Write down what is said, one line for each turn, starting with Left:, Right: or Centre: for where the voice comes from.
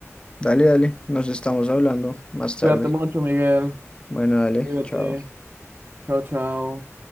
Left: dale, dale. Nos estamos hablando más tarde.
Right: Cuídate mucho, Miguel.
Left: Bueno, dale,
Right: Cuídate.
Left: chao.
Right: Chao, chao.